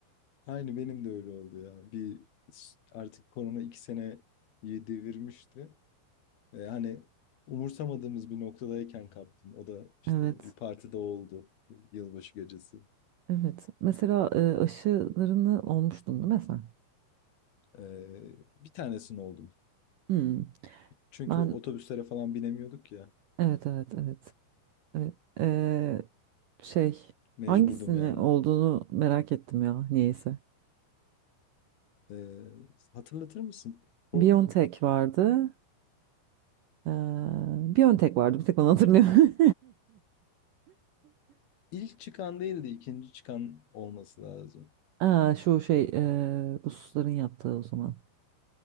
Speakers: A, on the left (about 60°); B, on the right (about 75°).
A: Aynı benim de öyle oldu ya. Bir s- artık korona iki seneyi devirmişti. Ee, hani umursamadığımız bir noktadayken kaptım. O da işte
B: Evet,
A: bir partide oldu. Yılbaşı gecesi.
B: evet. Mesela e, aşılarını olmuştun değil mi sen?
A: Ee, bir tanesini oldum.
B: Hmm.
A: Çünkü
B: Ben
A: otobüslere falan binemiyorduk ya.
B: evet evet evet. evet. E, şey
A: Mecburdum
B: hangisini
A: yani.
B: olduğunu merak ettim ya niyeyse.
A: Ee, hatırlatır mısın? O
B: BioNTech vardı. Ee, bir ön tek vardı. Bir tek onu hatırlıyorum.
A: ilk çıkan değildi, ikinci çıkan olması lazım.
B: <laughs> Aa, şu şey e, Rusların yaptığı o zaman